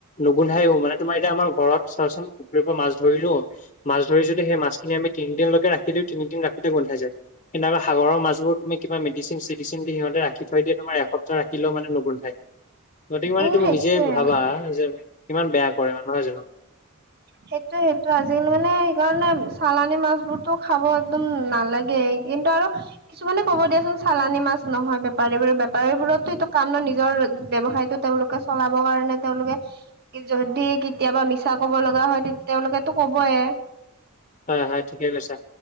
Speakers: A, on the left; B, on the right.
A: নোগোন্ধাইও। মানে তোমাৰ এতিয়া আমাৰ ঘৰত চাবা চোন পুখুৰীৰ পৰা মাছ ধৰিলো। মাছ ধৰি যদি সেই মাছখিনি আমি তিনিদিনলৈকে ৰাখি দিওঁ, তিনিদিন ৰাখোতে গোন্ধাই যায়। কিন্তু সাগৰৰ মাছবোৰ কিবা মেডচিন-চেডচিন দি সিহঁতে ৰাখি থৈ দিয়ে, তোমাৰ এপ্তাহ ৰাখিলে মানে নোগোন্ধাই। গতিকে মানে
B: উম
A: তুমি
B: সেইটোয়ে
A: নিজেই ভাবা যে কিমান বেয়া কৰে মানে। নহয় জানো?
B: সেইটোৱে-সেইটোৱে। আজিকালি মানে সেইকাৰণে চালানি মাছবোৰতো খাব একদম নালাগে। কিন্তু আৰু কিছুমানে কব দিয়া চোন চালানী মাছ নহয় বেপাৰীবোৰে। বেপাৰীবোৰেতো এইটো কাম ন নিজৰ ব্যৱসায়তো তেওঁলোক চলাব কাৰণে তেওঁলোকে যদি কেতিয়াবা মিছা ক'ব ল লগা হয় তেওঁলোকেতো ক'বয়ে।
A: হয়-হয় ঠিকে কৈছা।